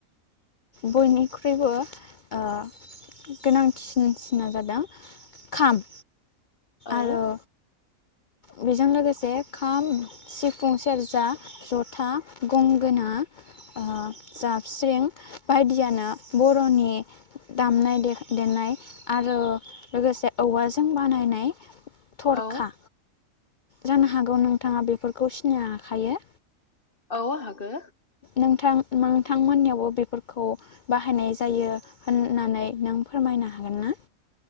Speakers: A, on the left; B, on the left.
A: बयनिख्रुइबो ओ गोनांथिसिना जादों खाम
B: औ
A: आरो बेजों लोगोसे खाम सिफुं सेरजा जथा गंगोना ओ जाबस्रिं बायदियानो बर'नि दामनाय दे-देनाय आरो लोगोसे औवाजों बानायनाय थरखा
B: औ
A: जानो हागौ नोंथाङा बेफोरखौ सिनायहाखायो
B: औ हागो
A: नोंथां नोंथांमोननियावबो बेफोरखौ बाहायनाय जायो होननानै नों फोरमायनो हागोन ना